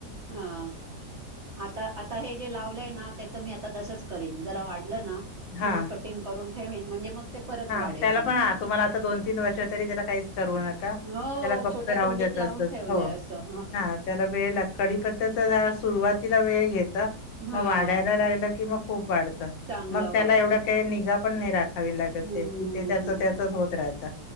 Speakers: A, on the right; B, on the left.
A: ह आता आता हे जे लावलंय ना त्याच मी आता तसच करीन जरा वाढ. वाढल ना की
B: हा
A: मग कटिंग करून ठेवेन म्हणजे मग ते परत
B: हा
A: वाढेल
B: त्याला
A: आणि
B: पण
A: हे
B: हा
A: कर
B: तुम्हाला आता दोन तीन वर्ष तरी त्याला काहीच करू नका,
A: हो
B: त्याला फक्त
A: छोट्या
B: राहू
A: कुंडीत
B: देत.
A: लावून
B: तस
A: ठेवलंय
B: हो
A: असं
B: हा त्याला वेळ लाग कडीपत्याच जरा सुरुवातीला वेळ घेत
A: हा
B: मग वाढायला लागलं की मग खूप वाढत.
A: चांगलं
B: मग त्याला
A: वाढतं
B: एवढ काही निगा पण नाही राखावी लागत.
A: हम्म
B: त्याची ते त्याच
A: हम्म हम्म
B: त्याचच
A: हम्म
B: होत राहत.